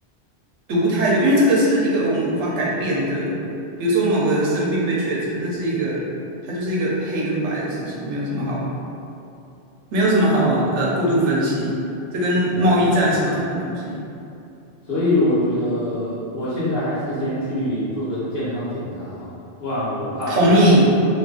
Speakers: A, on the right; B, on the left.
A: 读太多，因为这个是一个我们无法改变的，比如说某个人生病被确诊，那是一个它就是一个黑跟白的事情，没有什么好。没有什么好呃过度分析，这跟贸易战是不同的东西。
B: 了解，了解。所以我觉得我现在还是先去做个健康检查好了，不然我怕我
A: 同意，